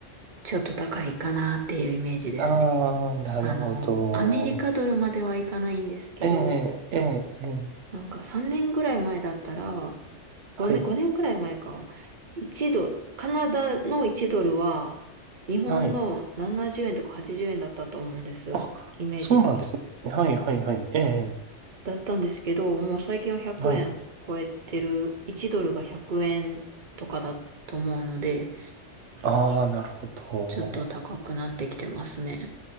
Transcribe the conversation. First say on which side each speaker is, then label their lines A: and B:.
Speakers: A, on the right; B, on the right.
A: ちょっと高いかなっていうイメージですね。
B: ああ、なるほど。
A: あの、アメリカドルまではいかないんですけど、
B: ええ、ええ、ええ、
A: なんか3年ぐらい前だったら、5年、
B: はい、
A: 5年ぐらい前か。1ドル、カナダの1ドルは日本の70円とか80円だったと思うんです。
B: はい。あ、
A: イメージでは。
B: そうなんですね。はい、はい、はい。ええ、
A: だったんですけど、もう最近は100円超えてる、
B: はい。
A: 1ドルが100円とかだと思うので、
B: ああ、なるほど。
A: ちょっと高くなってきてますね。